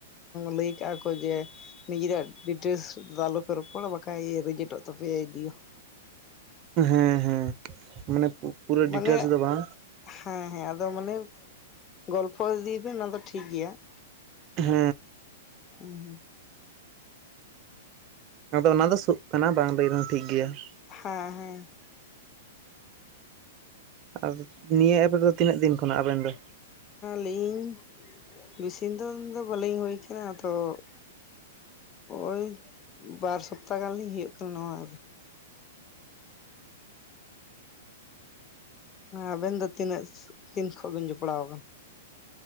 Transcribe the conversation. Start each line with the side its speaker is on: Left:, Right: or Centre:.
Left: ᱞᱟᱹᱭ ᱠᱟᱜ ᱠᱚ ᱡᱮ ᱱᱤᱡᱮᱨᱟᱜ ᱰᱤᱴᱮᱞᱥ ᱫᱚ ᱟᱞᱚ ᱯᱮ ᱨᱚᱯᱚᱲᱟ ᱵᱟᱠᱷᱟᱡ ᱨᱮᱡᱮᱴᱚᱜ ᱛᱟᱯᱮᱭᱟ ᱮᱰᱤᱭᱳ ᱾
Right: ᱦᱮᱸ ᱦᱮᱸ ᱾ ᱢᱟᱱᱮ ᱯᱩᱨᱟᱹ
Left: ᱢᱟᱱᱮ
Right: ᱰᱤᱴᱮᱞᱥ ᱫᱚ ᱵᱟᱝ ᱾
Left: ᱦᱮᱸ ᱦᱮᱸ ᱾ ᱟᱫᱚ ᱢᱟᱱᱮ ᱜᱚᱞᱯᱚ ᱤᱫᱤ ᱵᱤᱱ ᱚᱱᱟ ᱫᱚ ᱴᱷᱤᱠ ᱜᱮᱭᱟ ᱾
Right: ᱦᱮᱸ ᱾
Left: ᱦᱩᱸ ᱦᱩᱸ ᱾
Right: ᱟᱫᱚ ᱚᱱᱟ ᱫᱚ ᱥᱳ ᱠᱟᱱᱟ ᱵᱟᱝ ᱞᱟᱹᱭ ᱨᱮᱦᱚᱸ ᱴᱷᱤᱠ ᱜᱮᱭᱟ ᱾
Left: ᱦᱮᱸ ᱦᱮᱸ ᱾
Right: ᱟᱨ ᱱᱤᱭᱟᱹ ᱮᱯ ᱨᱮᱫᱚ ᱛᱤᱱᱟᱹᱜ ᱫᱤᱱ ᱠᱷᱚᱱᱟᱜ ᱟᱵᱮᱱ ᱫᱚ?
Left: ᱞᱤᱧ ᱵᱮᱥᱤᱱ ᱫᱚᱱ ᱫᱚ ᱵᱟᱹᱞᱤᱧ ᱦᱩᱭ ᱟᱠᱟᱱᱟ ᱟᱫᱚ ᱾ ᱳᱭ ᱵᱟᱨ ᱥᱚᱯᱛᱟ ᱜᱟᱱ ᱞᱤᱧ ᱦᱩᱭᱩᱜ ᱠᱟᱱᱟ ᱱᱚᱣᱟ ᱟᱵᱮᱱ ᱫᱚ ᱛᱤᱱᱟᱹᱜ ᱛᱤᱱ ᱠᱷᱚᱱ ᱵᱮᱱ ᱡᱚᱯᱲᱟᱣ ᱟᱠᱟᱱᱟ?